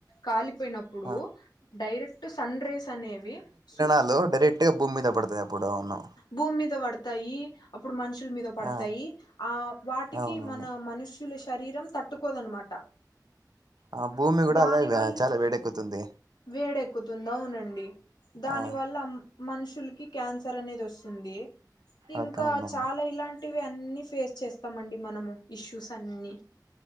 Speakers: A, on the left; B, on the right.
A: కాలిపోయినప్పు ప్పుడు
B: ఆ
A: డైరెక్ట్ సన్ రేస్ అనేవి సు
B: హలో డరక్ట్ టే భూమి మీద పడుతాయి అప్పుడు అవును
A: భూమి మీద పడతాయి అప్పుడు మనుషుల మీద పడతాయి
B: ఆ
A: ఆ వాటికి
B: అవునవును
A: మన మనుష ల శరీరం తట్టుకోదన్నమాట
B: ఆ భూమి కూడా
A: దాని
B: అలా వే
A: వల్ల
B: చాలా వేడెక్కుతుంది
A: వేడెక్కుతుంది అవునండి దాని
B: ఆ
A: వల్ల మనుషులకి క్యాన్సర్ అనేది వస్తుంది ఇంకా
B: ఓకే అవునవును
A: చాలా ఇలాం టివి ఫేస్ చేస్తాం అండి మనము ఇష్యూస్ అన్ని